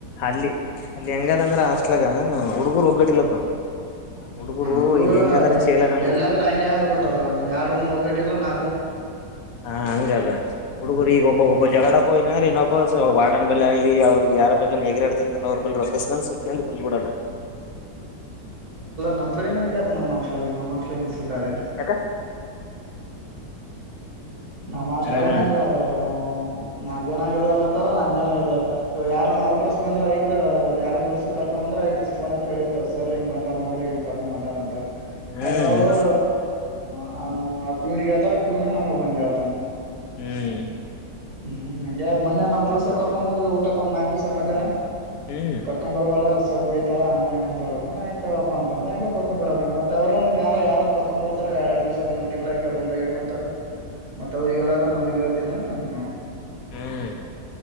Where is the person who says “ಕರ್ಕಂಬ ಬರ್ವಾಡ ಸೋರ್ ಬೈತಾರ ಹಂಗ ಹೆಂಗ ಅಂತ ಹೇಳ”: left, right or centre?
Right